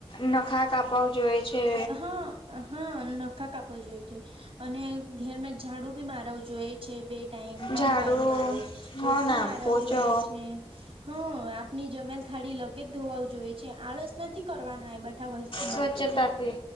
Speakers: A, on the left (about 55°); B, on the right (about 65°).
A: નખા કાપાવ જોએ છે
B: હા હા નખા કાપવા જોઈએ છે, અને ઘેરમાં ઝાડુ બી મારવું જોઈએ છે, બેટ ટાઈમ ત્રણ
A: ઝાડુ
B: ટાઈમ મારો પોતું
A: હો ના
B: મારવું
A: પોચો
B: જોએ છે, હા આપણી જમેલ થાળી લગે જ ધોવા છે, આળસ નથી કરવાના એ બધા વસ્તુ માટે
A: સ્વચ્છતાથી